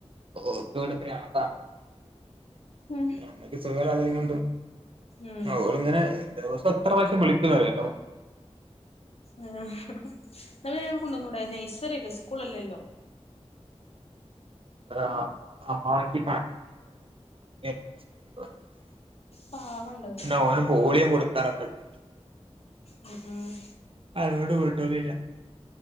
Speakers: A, on the right (about 50°); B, on the left (about 60°).
A: ഓക്കിവിടെ <unintelligible>
B: ഉം
A: സുഖല്ലാതെങ്ങണ്ട്
B: ആഹ്
A: ഓള് ഇങ്ങനെ ദിവസം എത്ര പ്രാവശ്യം വിളിക്കുന്നറിയൊ
B: ആഹ് ങ്ങളെ ഇവിടെ കൊണ്ടന്നൂടെ നൈസറില്ലേ സ്കൂൾ അല്ലേല്ലോ
A: ആഹ് അമ്മാക്ക് <unintelligible> <inaudible>
B: പാവണ്ടത്
A: പിന്നെ ഓന് പോളിയ കൊടുക്കാനൊക്കെ ഉണ്ട്
B: ഉം
A: അരോടു കുട്ടൊടില്ല